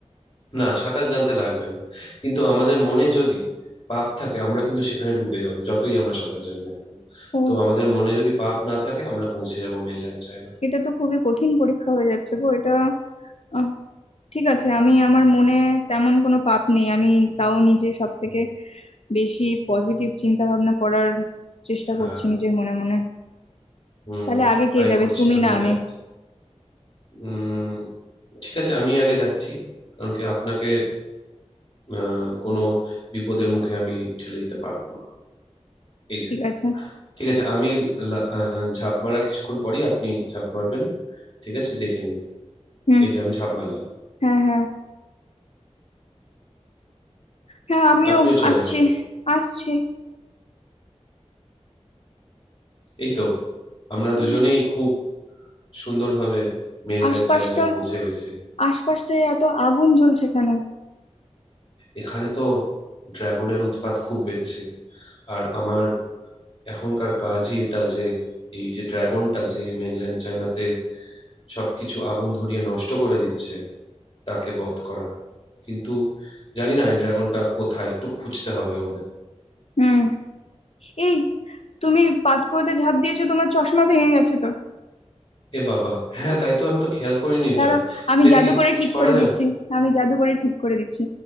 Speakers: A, on the left; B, on the left.
A: না সাঁতার জানতে লাগবে না কিন্তু আমাদের মনে যদি পাপ থাকে আমরা কিন্তু সেখানে ডুবে যাব যতই আমরা সাঁতার জানি না কেন
B: ও
A: তো আমাদের মনে যদি পাপ না থাকে আমরা পৌঁছে যাব মেনল্যান্ড চায়না
B: এটা তো খুবই কঠিন পরীক্ষা হয়ে যাচ্ছে গো এটা আহ, ঠিক আছে আমি আমার মনে তেমন কোনো পাপ নেই আমি তাও নিজে সব থেকে
A: হুম,
B: বেশি পজিটিভ চিন্তা ভাবনা করার চেষ্টা
A: হ্যাঁ
B: করছি নিজের মনে মনে
A: হুম
B: তাহলে আগে কে
A: তাই
B: যাবে
A: করছি
B: তুমি
A: আমিও
B: না আমি
A: তাই উম ঠিক আছে আমি আগে যাচ্ছি কারণ কি আপনাকে আহ, কোনো বিপদের মুখে আমি ঠেলে দিতে পারবো না এই যে
B: ঠিক আছে
A: ঠিক আছে আমি লা- আহ, ঝাঁপ মারার কিছুক্ষণ পরই আপনি ঝাঁপ মারবেন ঠিক আছে দেখে নিন
B: হুম
A: এই যে আমি ঝাঁপ মারলাম
B: হ্যাঁ হ্যাঁ হ্যাঁ আমিও
A: আপনিও চলে
B: আসছি
A: আসুন
B: আসছি
A: এই তো আমরা
B: হুম,
A: দুজনেই খুব সুন্দরভাবে মেনল্যান্ড
B: আশপাশটা
A: চায়নায় পৌঁছে গেছি
B: আশপাশটায় এত আগুন জ্বলছে কেন
A: এখানে তো ড্রাগনের উৎপাত খুব বেড়েছে আর আমার এখনকার কাজই এটা যে এই যে ড্রাগনটা যে মেনল্যান্ড চায়নাতে সবকিছু আগুন ধরিয়ে নষ্ট করে দিচ্ছে তাকে বধ করা কিন্তু জানি না এই ড্রাগনটা কোথায় একটু খুঁজতে হবে আমাদের
B: হুম এই তুমি পাতকুয়োতে ঝাঁপ দিয়েছো তোমার চশমা ভেঙে গেছে তো
A: এ বাবা হ্যাঁ তাই তো আমি তো খেয়াল করিনি এটা
B: দাঁড়াও আমি
A: এটা
B: জাদু
A: কি
B: করে
A: কিছু
B: ঠিক
A: করা
B: করে
A: যাবে
B: দিচ্ছি আমি জাদু করে ঠিক করে দিচ্ছি